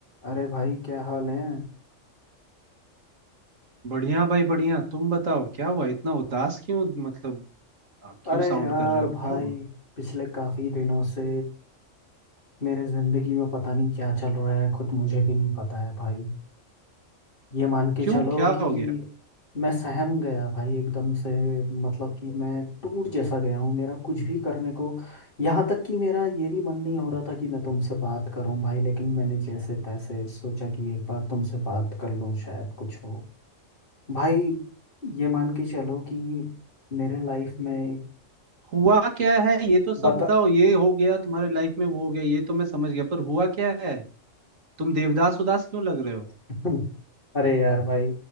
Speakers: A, on the left; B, on the right.
A: अरे भाई क्या हाल है
B: बढ़िया भाई बढ़िया तुम बताओ क्या हुआ इतना उदास क्यों मतलब आ, क्यों
A: अरे
B: साउंड
A: यार
B: कर रहे हो क्या
A: भाई
B: हुआ
A: पिछले काफी दिनों से मेरे जिंदगी में पता नहीं क्या चल रहा है खुद मुझे भी नहीं पता है भाई ये मान के
B: क्यों
A: चलो
B: क्या
A: कि
B: हो गया
A: मैं सहम गया भाई एकदम से मतलब कि मैं टूट जैसा गया हूँ मेरा कुछ भी करने को यहाँ तक कि मेरा ये भी मन नहीं हो रहा था कि मैं तुमसे बात करूँ भाई लेकिन मैंने जैसे तैसे सोचा कि एक बार तुमसे बात कर लूँ शायद कुछ हो भाई ये मान के चलो कि मेरे लाइफ में एक
B: हुआ क्या है ये तो सब
A: बता
B: बताओ ये हो गया तुम्हारे लाइफ में वो हो गया ये तो मैं समझ गया पर हुआ क्या है तुम देवदास उदास क्यों लग रहे हो
A: हम्म, अरे यार भाई